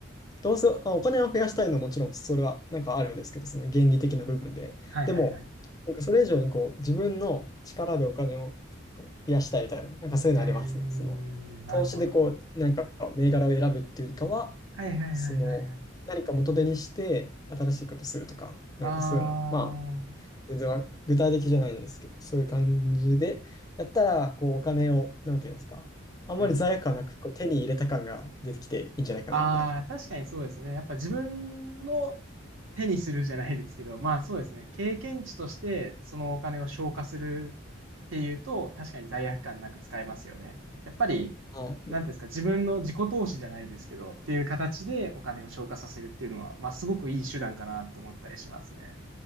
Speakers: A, on the left; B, on the right.
A: どうせ、あ、お金は増やしたいのはもちろんそれはなんかあるんですけど、その原理的な部分で。
B: はいはいはい。
A: でも、なんかそれ以上にこう自分の力でお金をこう増やしたいみたいな、なんかそういうのありますね。
B: うーん、
A: その投資でこう、
B: なるほど。
A: なんか銘柄を選ぶっていうよりかは、
B: はいはいはいはいはい。
A: その何か元手にして新しいことするとか、なんかそういうの、
B: あー、
A: まあ、全然わ具体的じゃないんですけど、そういう感じでやったら、こうお金を、なんていうんですか、あんまり罪悪感なくこう手に入れた感が出てきていいんじゃないかなみたいな。
B: うん。ああ、確かにそうですね。やっぱ自分の手にするじゃないですけど、まあそうですね。経験値としてそのお金を消化するっていうと、確かに罪悪感なく使えますよね。やっぱり、
A: はい
B: なんていうんですか、自分の自己投資じゃないですけど、っていう形でお金を消化させるっていうのは、まあすごくいい手段かなと思ったりしますね。